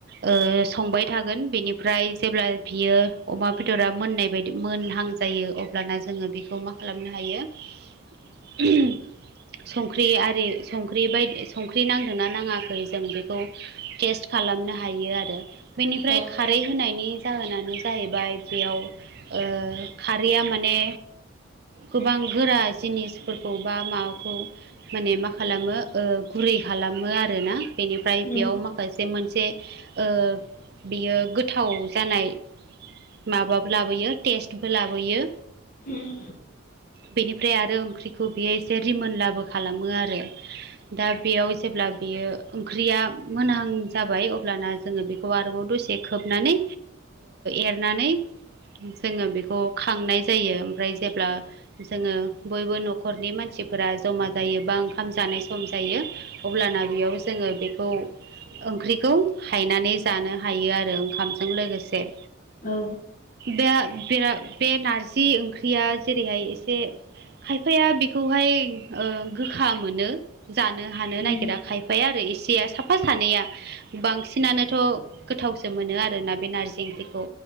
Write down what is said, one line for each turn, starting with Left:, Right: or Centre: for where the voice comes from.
Right: ओ संबाय थागोन बेनिफ्राय जेब्ला बियो अमा बेदरा मोननाय बायदि मोनहां जायो अब्लाना जोङो बेखौ मा खालामनो हायो <unintelligible> संख्रि आरि संख्रि बायदि संख्रि नांदोंना नाङाखै जों बेखौ टेस्ट खालामनो हायो आरो बेनिफ्राय
Left: औ
Right: खारै होनायनि जाहोनानो जाहैबाय बेयाव ओ खारैया माने गोबां गोरा जिनिसफोरखौ बा माबाखौ माने मा खालामो ओ गुरै खालामो आरोना बेनिफ्राय
Left: उम
Right: बेयाव माखासे मोनसे ओ बियो गोथाव जानाय माबाबो लाबोयो टेस्टबो लाबोयो
Left: उम
Right: बेनिफ्राय आरो ओंख्रि खौ बेयो एसे रिमोनलाबो खालामो आरो दा बेयाव जेब्ला बियो ओंख्रिया मोनहां जाबाय अब्लाना जोङो बेखौ आरोबाव दसे खोबनानै एरनानै जोङो बेखौ खांनाय जायो ओमफ्राय जेब्ला जोङो बयबो न'खरनि मानसिफोरा जमा जायो बा ओंखाम जानाय सम जायो अब्लाना बेयाव जोङो बेखौ ओंख्रिखौ हायनानै जानो हायो आरो ओंखामजों लोगोसे
Left: औ
Right: बे बे नारजि ओंख्रिया जेरैहाय एसे खायफाया बेखौहाय गोखा मोनो जानो हानो
Left: उम
Right: नागिरा खायफाया आरो एसेया साफा सानैया बांसिनानोथ' गोथावसो मोनो आरोना बे नारजि ओंख्रिखौ